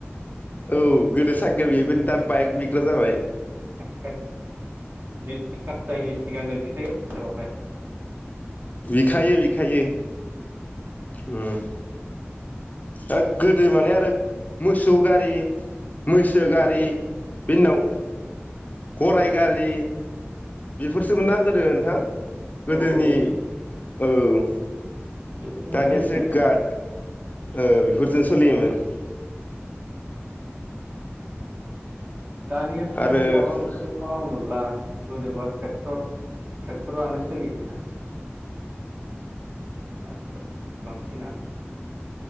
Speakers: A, on the left (about 35°); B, on the right (about 50°).
A: औ गोदो सायखेल बियोमोन दा बाइक बिग्रा जाबाय।
B: <unintelligible> मेट्रिक पास जायिनि सिगांनो बिखायो आथिखालावहाय।
A: बिखायो बिखायो। ओम ओ गोदो माने आरो मोसौ गारि मैसो गारि
B: औ
A: बिनि उनाव गराय गारि बेफोरसोमोन ना गोदो नोंथां। गोदोनि
B: औ औ
A: औ
B: बेफोरजों
A: दानियासो
B: सोलियोमोन गोदो
A: गा ओ बेफोरजों सोलियोमोन।
B: दानियाथ'
A: आरो
B: माबा
A: औ
B: मोनसे मावनोब्ला बोनोबा ट्रेक्टर ट्रेक्टरानो सोलियो दा। आथिखालाव बांसिनानो।